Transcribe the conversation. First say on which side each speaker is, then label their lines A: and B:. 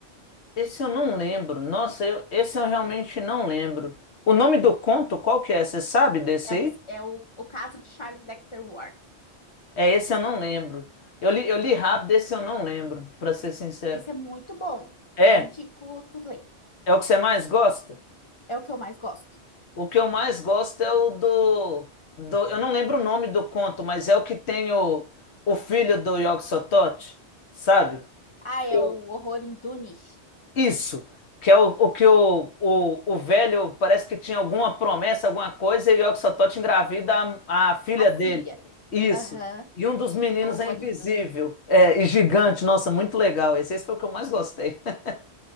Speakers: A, on the left; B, on the left.
A: Esse eu não lembro. Nossa, eu- esse eu realmente não lembro. O nome do conto, qual que é? Você sabe desse
B: É
A: aí?
B: o, é o, o caso de Charles Dexter Ward.
A: É, esse eu não lembro. Eu li, eu li rápido, esse eu não lembro, pra ser sincero.
B: Esse é muito bom.
A: É?
B: Eu indico tu ler.
A: É o que você mais gosta?
B: É o que eu mais gosto.
A: O que eu mais gosto é o do, do. Eu não lembro o nome do conto, mas é o que tem o, o filho do Yogg-Sothoth, sabe?
B: Ah, é
A: Eu-
B: o Horror em Dunwich.
A: Isso, que é o, o que o, o, o velho parece que tinha alguma promessa, alguma coisa, e o Yogg-Sothoth engravida a, a filha
B: A filha.
A: dele. Isso.
B: Aham,
A: E um dos meninos
B: é o Horror
A: é invisível.
B: em Dunwich.
A: É, e gigante. Nossa, muito legal. Esse, esse foi o que eu mais gostei. <laughs>